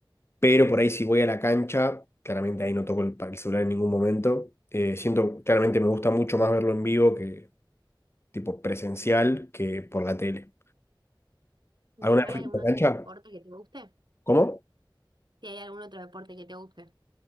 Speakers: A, on the left (about 30°); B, on the right (about 60°).
A: Pero por ahí si voy a la cancha, claramente ahí no toco el, pa- el celular en ningún momento. Eh, siento, claramente me gusta mucho más verlo en vivo que tipo presencial que por la tele.
B: ¿Y
A: ¿Alguna
B: hay
A: vez fuiste
B: algún
A: a
B: otro
A: la cancha?
B: deporte que te guste?
A: ¿Cómo?
B: Si hay algún otro deporte que te guste.